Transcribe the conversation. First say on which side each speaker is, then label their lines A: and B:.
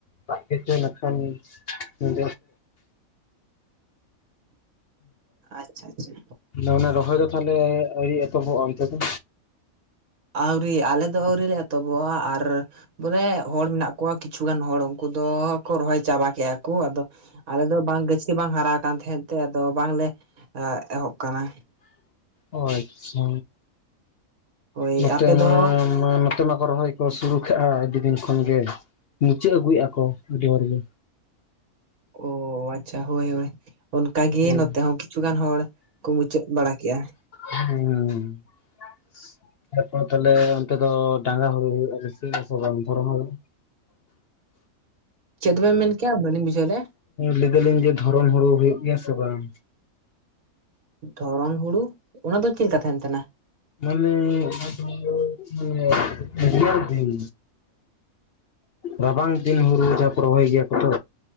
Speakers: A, on the left; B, on the right.
A: ᱫᱟᱜ ᱠᱮᱪᱚᱭ ᱤᱱᱟᱹᱠᱷᱟᱱ <inaudible> ᱦᱩᱸ,
B: ᱟᱪᱪᱷᱟ ᱟᱪᱪᱷᱟ
A: ᱚᱱᱟ ᱨᱚᱦᱚᱭ ᱫᱚ ᱛᱟᱦᱚᱞᱮ ᱟᱹᱨᱤ ᱮᱛᱚᱦᱚᱵᱚᱜᱼᱟ ᱚᱱᱛᱮ ᱫᱚ?
B: ᱟᱹᱣᱨᱤ ᱟᱞᱮ ᱫᱚ ᱟᱹᱣᱨ ᱞᱮ ᱮᱛᱚᱵᱚᱜᱼᱟ ᱟᱨ ᱵᱚᱞᱮ ᱦᱚᱲ ᱢᱮᱱᱟᱜ ᱠᱚᱣᱟ ᱠᱤᱪᱷᱩᱜᱟᱱ ᱦᱚᱲ ᱩᱱᱠᱩ ᱫᱚᱠᱚ ᱨᱚᱦᱚᱭ ᱪᱟᱵᱟ ᱠᱮᱫᱼᱟ ᱠᱚ ᱟᱫᱚ ᱟᱞᱮ ᱫᱚ ᱵᱟᱝ ᱜᱟᱹᱪᱷᱤ ᱵᱟᱝ ᱦᱟᱨᱟ ᱠᱟᱱ ᱛᱟᱦᱮᱸᱫ ᱛᱮ ᱟᱫᱚ ᱵᱟᱝᱞᱮ ᱮᱦᱚᱵ ᱟᱠᱟᱱᱟ᱾
A: ᱚ ᱟᱪᱪᱷᱟ
B: ᱦᱳᱭ
A: ᱱᱚᱛᱮ
B: ᱟᱯᱮ ᱫᱚ
A: ᱢᱟ ᱱᱚᱛᱮ ᱢᱟᱠᱚ ᱨᱚᱦᱚᱭ ᱠᱚ ᱥᱩᱨᱩ ᱠᱷᱮᱜᱼᱟ ᱟᱹᱰᱤ ᱫᱤᱱ ᱠᱷᱚᱱ ᱜᱮ᱾ ᱢᱩᱪᱟᱹᱫ ᱟᱹᱜᱩᱭᱮᱫᱼᱟ ᱠᱚ ᱟᱹᱰᱤ ᱦᱚᱲᱜ ᱜᱮ᱾
B: ᱚ ᱟᱪᱪᱷᱟ ᱦᱳᱭ ᱦᱳᱭ ᱚᱱᱠᱟᱜ ᱜᱮ
A: ᱦᱮᱸ
B: ᱱᱚᱛᱮ ᱦᱚᱸ ᱠᱤᱪᱷᱩ ᱜᱟᱱ ᱦᱚᱲ ᱠᱚ ᱢᱩᱪᱟᱹᱫ ᱵᱟᱲᱟ ᱠᱮᱜᱼᱟ᱾
A: ᱦᱮᱸ᱾ ᱮᱨᱯᱚᱨ ᱛᱟᱦᱚᱞᱮ ᱚᱱᱛᱮ ᱫᱚ ᱰᱟᱝᱜᱟ ᱦᱩᱲᱩ ᱦᱩᱭᱩᱜᱼᱟ ᱥᱤ ᱫᱷᱚᱨᱚᱱ ᱦᱩᱲᱩ ᱾
B: ᱪᱮᱛ ᱵᱮᱱ ᱢᱮᱱ ᱠᱮᱜᱼᱟ ᱵᱟᱞᱤᱧ ᱵᱩᱡᱷᱟᱹᱣ ᱞᱮᱜᱼᱟ᱾
A: ᱞᱟᱹᱭ ᱫᱟᱞᱤᱧ ᱡᱮ ᱫᱷᱚᱨᱚᱱ ᱦᱩᱲᱩ ᱦᱩᱭᱩᱜ ᱜᱮᱭᱟ ᱥᱮ ᱵᱟᱝ?
B: ᱫᱷᱚᱨᱚᱱ ᱦᱩᱲᱩ ᱚᱱᱟ ᱫᱚ ᱪᱮᱫᱠᱟ ᱛᱟᱦᱮᱱ ᱛᱟᱦᱮᱱᱟ?
A: ᱢᱟᱱᱮ ᱚᱱᱟᱫᱚ ᱢᱟᱱᱮ ᱩᱫᱜᱟᱹᱨ ᱫᱤᱱ? ᱨᱟᱵᱟᱝ ᱫᱤᱱ ᱦᱩᱲᱩ ᱡᱟ ᱠᱚ ᱨᱚᱦᱚᱭ ᱜᱮᱭᱟ ᱠᱚ ᱛᱚ᱾